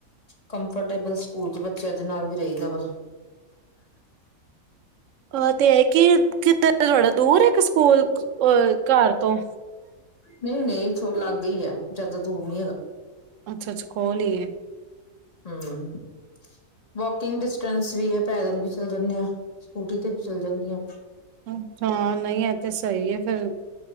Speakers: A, on the left; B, on the right.
A: ਕੰਫਰਟੇਬਲ ਸਕੂਲ 'ਚ ਬੱਚਿਆਂ ਦੇ ਨਾਲ ਵੀ ਰਹੀਦਾ ਵਾ
B: ਅਹ ਤੇ ਐ ਕਿ ਕਿੱਧਰ ਥੋੜਾ ਦੂਰ ਆ ਇੱਕ ਸਕੂਲ ਅ ਘਰ ਤੋਂ
A: ਨਈ ਨਈ ਲਾਗੇ ਹੀ ਆ ਜਿਆਦਾ ਦੂਰ ਨੀ ਹੈਗਾ
B: ਅੱਛਾ ਅੱਛਾ ਕੋਲ ਹੀ ਏ
A: ਹਾਂ ਵਾਕਿੰਗ ਡਿਸਟੈਂਸ ਵੀ ਆ ਪੈਦਲ ਵੀ ਚੱਲ ਜਾਂਦੇ ਆਂ ਸਕੂਟੀ ਤੇ ਵੀ ਚੱਲ ਜਾਣੀ ਆ।
B: ਅੱਛਾ ਨਈ ਏ ਤੇ ਸਹੀ ਆ ਫਿਰ